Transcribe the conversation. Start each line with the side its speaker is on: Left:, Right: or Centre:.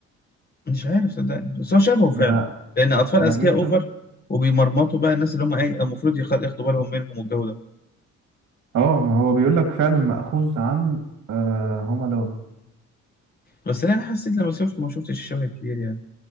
Left: مش عارف صدقني بس هو شبهه فعلا
Right: ده انا
Left: لان اطفال
Right: انا
Left: اذكياء
Right: جبته
Left: اوفر وبيمرمطوا بقى الناس اللي هم ايه المفروض يخ- ياخدوا بالهم منهم والجو ده
Right: اه ما هو بيقول لك فعلا مأخوذ عن هوم الون
Left: بس لا انا حسيت لما شفته ما شفتش الشبه الكبير يعني